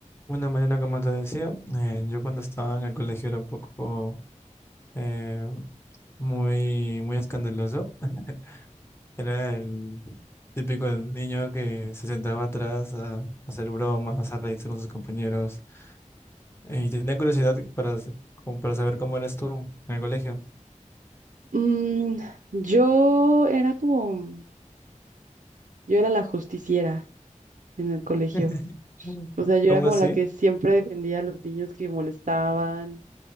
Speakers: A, on the left; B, on the right.
A: Bueno, Mariana, como te decía, eh, yo cuando estaba en el colegio era un poco eh, muy, muy escandaloso. <laughs> Era el típico niño que se sentaba atrás a, a hacer bromas, a reírse con sus compañeros. eh, Y tenía curiosidad para, s- como para saber cómo eras tú en el colegio.
B: Mm, yo era como, yo era la justiciera en el colegio.
A: <laughs> Mm.
B: O sea, yo
A: ¿Cómo
B: era como
A: así?
B: la que siempre defendía a los niños que molestaban,